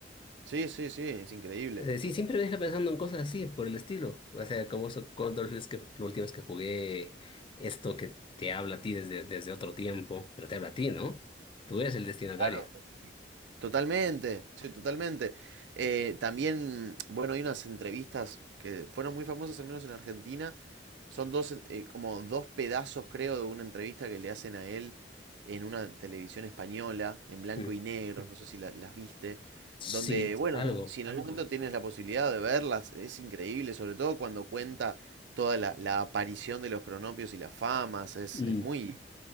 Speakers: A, on the right; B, on the left.
A: Sí, sí, sí, es increíble.
B: Eh, sí, siempre me deja pensando en cosas así, por el estilo. O sea, como eso, cuando es que, la última vez que jugué esto que te habla a ti desde, desde otro tiempo, pero te habla a ti, ¿no? Tú eres el destinatario.
A: Claro. Totalmente, sí, totalmente. Eh, también, bueno, hay unas entrevistas que fueron muy famosas, al menos en Argentina, Son dos, eh, como dos pedazos, creo, de una entrevista que le hacen a él en una televisión española, en blanco
B: Mm.
A: y negro, Sí, no sé si la- las viste,
B: Sí,
A: donde, bueno,
B: algo.
A: sí, si en algún algo. momento tienes la posibilidad de verlas, es increíble, sobre todo cuando cuenta toda la, la aparición de los cronopios y las famas, es,
B: Mm,
A: es muy...